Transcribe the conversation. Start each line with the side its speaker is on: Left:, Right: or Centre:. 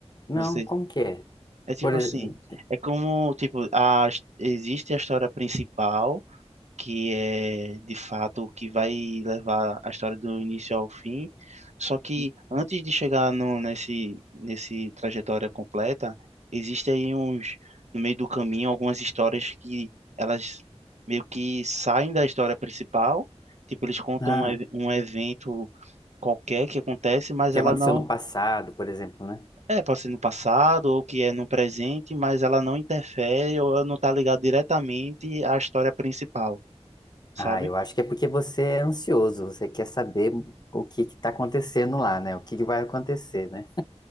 Left: Não,
Right: você...
Left: como que é?
Right: É tipo
Left: Por exemplo.
Right: assim, é como, tipo, a, existe a história principal, que é de fato o que vai levar a história do início ao fim. Só que antes de chegar no, nesse, nesse trajetória completa, existem aí uns, no meio do caminho, algumas histórias que elas meio que saem da história principal, tipo, eles contam
Left: Ah,
Right: um, ev- um evento qualquer que acontece, mas
Left: que
Right: ela
Left: aconteceu
Right: não.
Left: no passado, por exemplo, né?
Right: É, pode ser no passado ou que é no presente, mas ela não interfere ou ela não está ligada diretamente à história principal, sabe?
Left: Ah, eu acho que é porque você é ansioso, você quer saber o que que tá acontecendo lá, né? O que que vai acontecer, né?